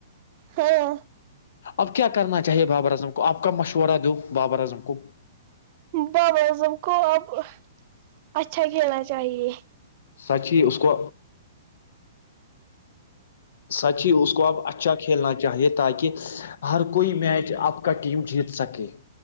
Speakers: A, on the right; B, on the left.
A: ہاں
B: اب کیا کرنا چاہیے بابا اعظم کو آپ کا مشورہ دو بابا اعظم کو
A: بابا اعظم کو اب اچھا کھیلنا چاہے
B: سچ ہی اس کو سچی اس کو آپ اچھا کھیلنا چاہیے تاکہ ہر کوئی میچ آپ کا ٹیم جیت سکے